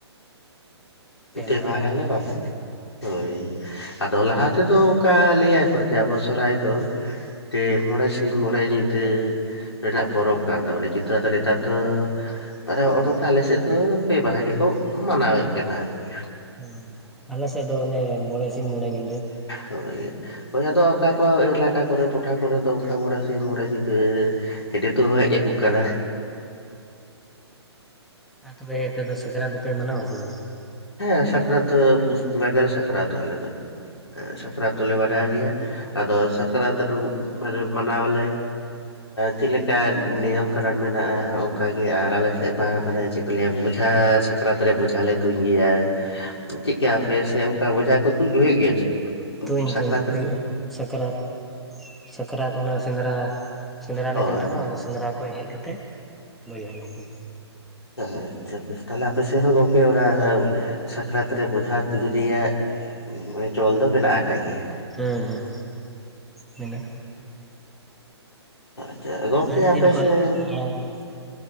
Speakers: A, on the left; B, in the centre.
A: ᱯᱮ
B: ᱢᱟᱦᱟ ᱛᱟᱦᱮᱱᱟ
A: ᱜᱟᱱ ᱞᱮ
B: ᱟᱯᱮᱭᱟᱜ
A: ᱢᱟᱱᱟᱣ ᱦᱳᱭ ᱟᱫᱚ ᱞᱟᱦᱟ ᱛᱮᱫᱚ ᱚᱱᱠᱟ ᱞᱟᱹᱭ ᱟᱠᱚ ᱡᱮ ᱟᱵᱚ ᱥᱚᱦᱨᱟᱭ ᱫᱚ ᱛᱮ ᱢᱚᱬᱮ ᱥᱤᱧ ᱢᱚᱬᱮ ᱧᱤᱫᱟᱹ ᱨᱮᱱᱟᱜ ᱯᱚᱨᱚᱵᱽ ᱠᱟᱱ ᱛᱟᱵᱚᱱᱟ ᱠᱤᱱᱛᱩ ᱟᱫᱚ ᱱᱮᱛᱟᱨ ᱫᱚ ᱢᱟᱱᱮ ᱱᱚᱜᱼ ᱱᱚᱝᱠᱟ ᱟᱞᱮ ᱥᱮᱫ ᱫᱚ ᱯᱮ ᱢᱟᱦᱟ ᱜᱮᱠᱚ ᱢᱟᱱᱟᱣᱮᱫ ᱠᱟᱱᱟ ᱟᱨ ᱠᱤ
B: ᱦᱩᱸ ᱟᱞᱮ ᱥᱮᱫ ᱫᱚ ᱚᱱᱮ ᱢᱚᱬᱮ ᱥᱤᱧ ᱢᱚᱬᱮ ᱜᱮ
A: ᱦᱳᱭ ᱦᱳᱭ ᱟᱫᱚ ᱚᱠᱟ ᱠᱚ ᱮᱞᱟᱠᱟ ᱠᱚᱨᱮ ᱠᱚ ᱴᱚᱴᱷᱟ ᱠᱚᱨᱮ ᱫᱚ ᱚᱱᱠᱟ ᱢᱚᱬᱮ ᱥᱤᱧ ᱢᱚᱬᱮ ᱧᱤᱫᱟᱹ ᱦᱮᱰᱮᱛᱚᱜ ᱛᱮᱦᱚᱸ ᱦᱮᱡ ᱟᱹᱜᱩᱜ ᱠᱟᱱᱟ
B: ᱟᱨ ᱛᱚᱵᱮ ᱟᱯᱮ ᱫᱚ ᱥᱟᱠᱨᱟᱛ ᱫᱚᱯᱮ ᱢᱟᱱᱟᱣᱟ ᱥᱮ ᱵᱟᱝ
A: ᱦᱮᱸ ᱥᱟᱠᱨᱟᱛ ᱫᱚ ᱯᱩᱥ ᱵᱚᱸᱜᱟ ᱜᱮᱞᱮ ᱥᱟᱠᱨᱟᱛᱚᱜ ᱟᱞᱮ ᱫᱚ ᱥᱟᱠᱨᱟᱛ ᱫᱚᱞᱮ ᱢᱟᱱᱟᱣ ᱜᱮᱭᱟ ᱟᱫᱚ ᱥᱟᱠᱨᱟᱛ ᱨᱮ ᱢᱟᱱᱮ ᱢᱟᱱᱟᱣᱟᱞᱮ ᱪᱮᱫᱞᱮᱠᱟ ᱱᱤᱭᱚᱢ ᱠᱟᱹᱱᱩᱱ ᱢᱮᱱᱟᱜᱼᱟ ᱚᱱᱠᱟ ᱜᱮ, ᱟᱨ ᱟᱞᱮ ᱥᱮᱫ ᱢᱟ ᱢᱟᱱᱮ ᱪᱮᱫ ᱠᱚ ᱞᱟᱹᱭᱟ ᱵᱳᱡᱷᱟ ᱥᱟᱠᱨᱟᱛ ᱨᱮ ᱵᱳᱡᱷᱟ ᱞᱮ ᱛᱩᱧ ᱜᱮᱭᱟ ᱪᱮᱫ ᱠᱟᱭᱯᱮ ᱥᱮ ᱚᱱᱠᱟ ᱵᱚᱡᱷᱟ ᱠᱚ ᱛᱩᱫ ᱦᱩᱭᱩᱜ ᱜᱮᱭᱟ ᱥᱮ
B: ᱛᱩᱧ
A: ᱥᱟᱠᱨᱟᱛ
B: ᱛᱩᱧ ᱦᱩᱭᱩᱜᱼᱟ
A: ᱨᱮ
B: ᱥᱟᱠᱨᱟᱛ ᱥᱟᱠᱨᱟᱛ ᱚᱱᱟ ᱥᱮᱸᱫᱽᱨᱟ ᱥᱮᱸᱫᱽᱨᱟ
A: ᱚ
B: ᱞᱮ ᱪᱟᱞᱟᱜᱼᱟ ᱵᱟᱝᱼᱟ ᱥᱮᱸᱫᱽᱨᱟ ᱠᱷᱚᱱ ᱦᱮᱡ ᱠᱟᱛᱮ ᱵᱷᱮᱡᱟ ᱞᱮ ᱛᱩᱧᱟ
A: ᱟᱪᱪᱷᱟ ᱵᱮᱥ ᱛᱟᱦᱞᱮ ᱟᱯᱮ ᱥᱮᱫ ᱦᱚᱸ ᱜᱚᱝᱠᱮ ᱚᱱᱟ ᱥᱟᱠᱨᱟᱛ ᱨᱮ ᱵᱷᱮᱡᱟ ᱛᱩᱧ ᱨᱮᱭᱟᱜ ᱜᱮ ᱪᱚᱞ ᱫᱚ ᱢᱮᱱᱟᱜ ᱟᱠᱟᱫ ᱜᱮᱭᱟ
B: ᱦᱮᱸ ᱦᱮᱸ ᱢᱮᱱᱟᱜᱼᱟ
A: ᱟᱪᱪᱷᱟ ᱜᱚᱝᱠᱮ
B: ᱟᱹᱰᱤ
A: ᱟᱯᱮ
B: ᱫᱤᱱ ᱠᱷᱚᱡ
A: ᱥᱮᱫ
B: ᱦᱟᱲᱟᱢ ᱠᱚ